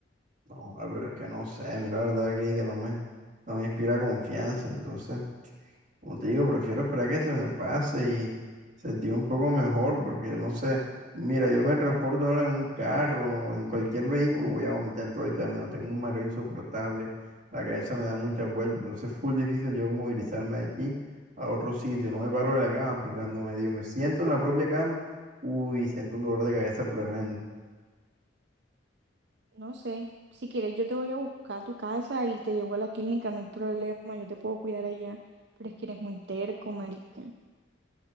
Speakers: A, on the right; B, on the right.
A: No, ah, pero es que no sé, a mí la verdad la clínica no me, no me inspira confianza, entonces. Como te digo, prefiero esperar que se me pase y sentir un poco mejor, porque no sé, mira, yo me transporto ahora en un carro o en cualquier vehículo, voy a vomitar todo el camino, tengo un mareo insoportable, la cabeza me da muchas vueltas, entonces es full difícil yo movilizarme de aquí a otro sitio, no me paro de la cama, porque cuando medio me siento en la propia cama, uy, siento un dolor de cabeza tremendo.
B: No sé, si quieres yo te voy a buscar a tu casa y te llevo a la clínica, no hay problema, yo te puedo cuidar allá, pero es que eres muy terco, marica.